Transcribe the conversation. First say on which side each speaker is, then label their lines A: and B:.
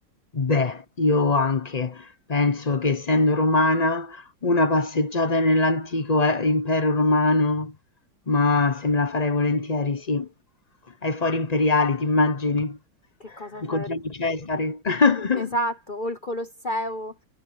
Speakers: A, on the left; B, on the left.
A: Beh, io anche penso che essendo romana una passeggiata nell'antico eh, impero romano, ma se me la farei volentieri, sì. Ai fori imperiali, ti immagini?
B: che cosa
A: Incontriamo
B: sarebbe?
A: Cesare. <laughs>
B: Esatto, o il Colosseo